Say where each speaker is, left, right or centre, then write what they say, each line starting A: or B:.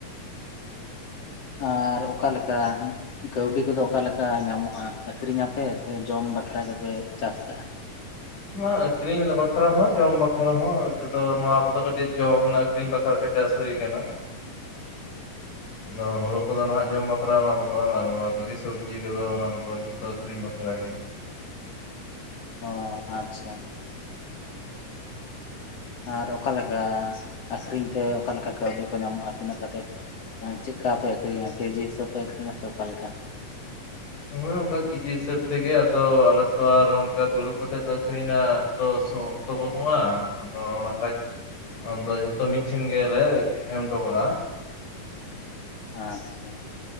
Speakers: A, on the left; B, on the left.
A: ᱟᱨ ᱚᱠᱟᱞᱮᱠᱟ ᱠᱟᱹᱣᱰᱤ ᱠᱚᱫᱚ ᱚᱠᱟᱞᱮᱠᱟ ᱧᱟᱢᱚᱜᱼᱟ ᱟᱠᱷᱨᱤᱧᱟᱯᱮ ᱥᱮ ᱡᱚᱢ ᱵᱟᱠᱷᱨᱟ ᱜᱮᱯᱮ ᱪᱟᱥ ᱠᱟᱜᱼᱟ?
B: ᱱᱚᱣᱟ ᱟᱹᱠᱷᱨᱤᱧ ᱵᱟᱠᱷᱨᱟ ᱦᱚᱸ ᱡᱚᱢ ᱵᱟᱠᱷᱨᱟ ᱦᱚᱸ ᱱᱚᱣᱟ ᱠᱚᱫᱚ ᱠᱟᱹᱴᱤᱡ ᱡᱚᱢ ᱮᱱᱟ ᱟᱠᱷᱨᱤᱧ ᱵᱟᱠᱷᱨᱟ ᱠᱚ ᱪᱟᱥ ᱦᱩᱭ ᱟᱠᱟᱱᱟ᱾ ᱟᱫᱚ ᱦᱩᱲᱩ ᱠᱚᱫᱚ ᱱᱟᱦᱟᱜ ᱡᱚᱢ ᱵᱟᱠᱷᱨᱟ ᱚᱱᱟ ᱠᱚᱫᱚ ᱟᱨ ᱠᱚᱜᱮ ᱥᱚᱵᱽᱡᱤ ᱠᱚᱫᱚ ᱚᱱᱟ ᱠᱚᱫᱚ ᱡᱷᱚᱛᱚ ᱟᱹ ᱠᱨᱤᱤᱧ ᱵᱟᱠᱷᱨᱟ ᱜᱮ᱾
A: ᱚ ᱟᱪᱪᱷᱟ ᱟᱨ ᱚᱠᱟᱞᱮᱠᱟ ᱟᱠᱷᱨᱤᱧ ᱛᱮ ᱚᱠᱟᱮ ᱞᱮᱠᱟ ᱠᱟᱹᱣᱰᱤ ᱠᱚ ᱧᱟᱢᱚᱜᱼᱟ ᱛᱤᱱᱟᱹᱜ ᱠᱟ ᱠᱟᱛᱮᱫ ᱢᱟᱱᱮ ᱪᱤᱠᱟ ᱯᱮ ᱟᱠᱨᱤ ᱠᱮᱡᱤ ᱦᱤᱥ ᱯᱮ ᱟᱠᱷᱨᱤᱧᱟ ᱥᱮ ᱚᱠᱟᱞᱮᱠᱟ
B: ᱦᱳᱭ ᱚᱱᱠᱟ ᱠᱮᱡᱤ ᱦᱤᱥᱟᱹᱵ ᱛᱮᱜᱮ ᱟᱫᱚ ᱟᱞᱮ ᱛᱚ ᱟᱨ ᱚᱱᱠᱟ ᱫᱩᱲᱩᱵ ᱠᱟᱛᱮᱫ ᱫᱚ ᱟᱹᱠᱷᱨᱤᱧ ᱱᱟ ᱚᱠᱛᱚ ᱵᱟᱹᱱᱩᱜᱼᱟ ᱟᱫᱚ ᱚᱱᱟᱠᱷᱟᱡ ᱟᱫᱚ ᱡᱚᱛᱚ ᱢᱤᱫᱴᱷᱮᱱ ᱜᱮ ᱞᱮ ᱮᱢᱴᱚᱠᱟ-ᱟ
A: ᱟᱪᱪᱷᱟ